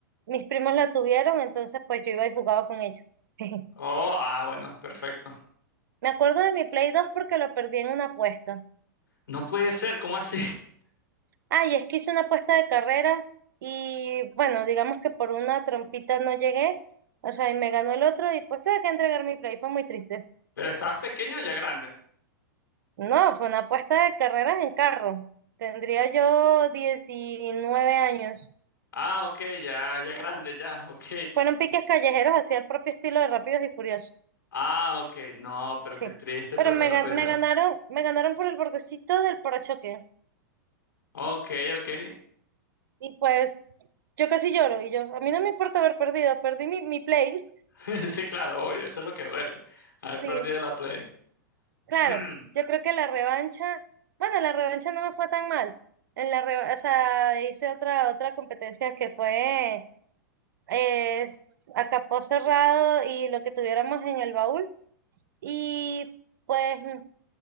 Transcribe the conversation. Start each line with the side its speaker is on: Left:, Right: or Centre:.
Right: mis primos la tuvieron, entonces pues yo iba y jugaba con ellos. <laughs>
Left: Oh, ah, bueno, perfecto.
Right: Me acuerdo de mi Play 2 porque lo perdí en una apuesta.
Left: No puede ser, ¿cómo así? <laughs>
Right: Ay, es que hice una apuesta de carrera y bueno, digamos que por una trompita no llegué, o sea, y me ganó el otro y pues tuve que entregar mi play, fue muy triste.
Left: ¿Pero estabas pequeño o ya grande?
Right: No, fue una apuesta de carreras en carro. Tendría yo 19 años.
Left: Ah, ok, ya, ya grande, ya, ok.
Right: Fueron piques callejeros hacia el propio estilo de Rápidos y Furiosos,
Left: Ah, ok, no, pero
Right: sí.
Left: qué triste
Right: Pero
Left: perder
Right: me,
Left: la
Right: ga-
Left: Play 2.
Right: me ganaron, me ganaron por el bordecito del parachoque.
Left: Ok, ok.
Right: Y pues yo casi lloro y yo, a mí no me importa haber perdido, perdí mi, mi play,
Left: <laughs> Sí, claro, obvio, eso es lo que duele. Haber
Right: sí.
Left: perdido la Play.
Right: Claro,
Left: <clears throat> Mm,
Right: yo creo que la revancha, bueno, la revancha no me fue tan mal. En la reva- o sea, hice otra otra competencia que fue eh, s- a capó cerrado y lo que tuviéramos en el baúl y pues mm,